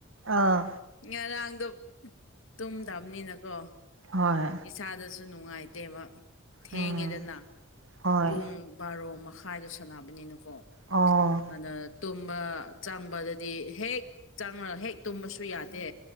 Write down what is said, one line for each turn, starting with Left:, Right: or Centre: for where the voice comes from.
Right: ꯑꯥ
Left: ꯉꯔꯥꯡꯗꯣ ꯇꯨꯝꯗꯕꯅꯤꯅꯀꯣ
Right: ꯍꯣꯏ
Left: ꯏꯁꯥꯗꯁꯨ ꯅꯨꯡꯉꯥꯏꯇꯦꯕ ꯊꯦꯡꯉꯦꯗꯅ
Right: ꯎꯝ ꯍꯣꯏ
Left: ꯄꯨꯡ ꯕꯥꯔꯣ ꯃꯈꯥꯏꯗ ꯁꯥꯟꯅꯕꯅꯤꯅꯀꯣ
Right: ꯑꯣ
Left: ꯑꯗꯨꯗ ꯇꯨꯝꯕ ꯆꯪꯕꯗꯗꯤ ꯍꯦꯛ ꯆꯪꯂꯒ ꯍꯦꯛ ꯇꯨꯝꯕꯁꯨ ꯌꯥꯗꯦ